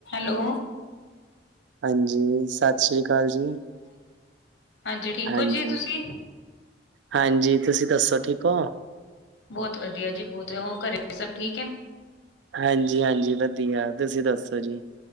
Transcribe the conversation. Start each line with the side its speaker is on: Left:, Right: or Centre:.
Left: Hello.
Right: ਹਾਂਜੀ, ਸਤਿ ਸ੍ਰੀ ਅਕਾਲ ਜੀ।
Left: ਹਾਂਜੀ, ਠੀਕ
Right: ਹਾਂਜੀ
Left: ਹੋ ਜੀ ਤੁਸੀਂ?
Right: ਹਾਂਜੀ ਤੁਸੀਂ ਦੱਸੋ ਠੀਕ ਹੋ?
Left: ਬੋਤ ਵਧੀਆ ਜੀ ਬੋਤੇ ਹੋਰ ਘਰੇ ਸਭ ਠੀਕ ਹੈਨ?
Right: ਹਾਂਜੀ-ਹਾਂਜੀ ਵਧੀਆ, ਤੁਸੀਂ ਦੱਸੋ ਜੀ?